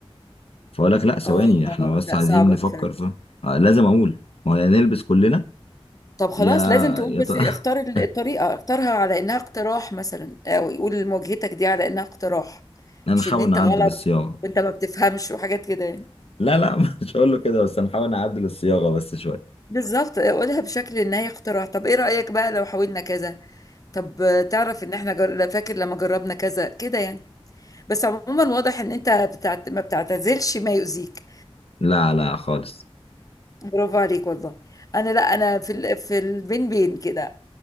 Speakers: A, on the left (about 70°); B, on the left (about 35°).
A: فاقول لك لا ثواني
B: اه
A: احنا بس
B: لا
A: عايزين
B: صعبة
A: نفكر
B: دي فعلا
A: في آه، لازم اقول ما هو يا نلبس كلنا
B: طب خلاص
A: يا
B: لازم تقول
A: يا
B: بس
A: ت... <laughs>
B: اختار ال- الطريقة اختارها على انها اقتراح مثلا او يقول مواجهتك دي على انها اقتراح
A: هنحاول
B: مش ان انت
A: نعدل
B: غلط
A: الصياغه
B: وانت ما بتفهمش وحاجات كده يعني
A: لا لا <laughs> مش هقول له كده بس هنحاول نعدل الصياغه بس شويه
B: بالظبط اقولها بشكل ان هي اقتراح طب ايه رأيك بقى لو حاولنا كذا طب آه، تعرف ان احنا جر... لا فاكر لما جربنا كذا كده يعني بس عموما واضح ان انت بتعت... ما بتعتزلش ما يؤذيك
A: لا لا خالص
B: برافو عليك والله انا لا انا في ال... في البين بين كده